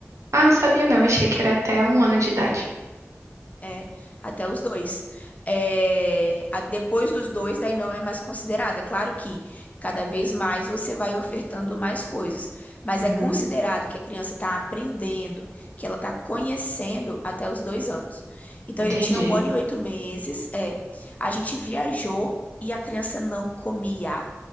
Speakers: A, on the right; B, on the left.
A: Ah, não sabia não. Achei que era até um ano de idade.
B: É, até os dois. É, a- depois dos dois, daí não é mais considerado. É claro que cada vez mais você vai ofertando mais coisas, mas
A: Uhum.
B: é considerado que a criança está aprendendo, que ela está conhecendo até os dois anos. Então
A: Entendi.
B: ele tinha um ano e oito meses. É, a gente viajou e a criança não comia.